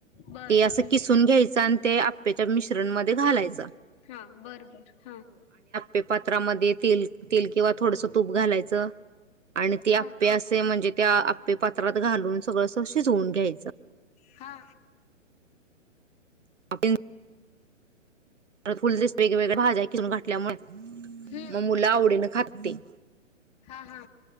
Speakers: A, on the left; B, on the right.
A: बर
B: ते असं
A: हम्म
B: किसून घ्यायचं आणि ते आप्याच्या मिश्रण मध्ये घालायचा.
A: हा बरबर हा
B: ते पात्रामध्ये तेल तेल किंवा थोडस तूप घालायचं. आणि ते
A: हा
B: आप्पे असे म्हणजे त्या आप्पे पात्रात घालून सगळं अस शिजवून घ्यायचं.
A: हा
B: <unintelligible> फुललीस वेगवेगळ्या भाज्या किरून घाातल्यामुळे
A: हम्म
B: मग मुला आवडीने खातात ते.
A: हा हा